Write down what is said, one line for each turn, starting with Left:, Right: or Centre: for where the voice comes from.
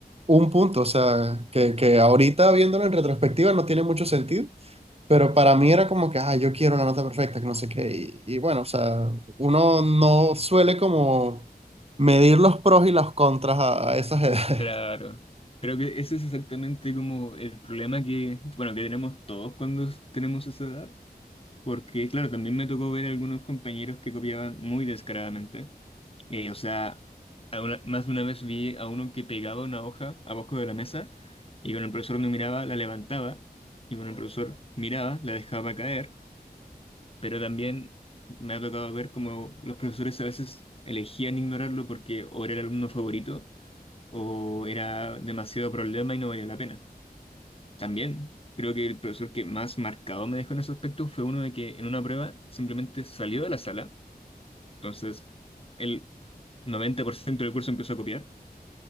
Right: un punto, o sea, que, que ahorita viéndolo en retrospectiva no tiene mucho sentido, pero para mí era como que, ah, yo quiero una nota perfecta, que no sé qué, y, y bueno, o sea, uno no suele como medir los pros y los contras a, a esas <laughs> edades.
Left: Claro. Creo que ese es exactamente como el problema que, bueno, que tenemos todos cuando tenemos esa edad Porque, claro, también me tocó ver algunos compañeros que copiaban muy descaradamente. Eh, o sea, a una- más de una vez vi a uno que pegaba una hoja abajo de la mesa y cuando el profesor no miraba, la levantaba y cuando el profesor miraba, la dejaba caer. Pero también me ha tocado ver cómo los profesores a veces elegían ignorarlo porque o era el alumno favorito o era demasiado problema y no valía la pena. También creo que el profesor que más marcado me dejó en ese aspecto fue uno de que en una prueba simplemente salió de la sala. Entonces, el 90% del curso empezó a copiar.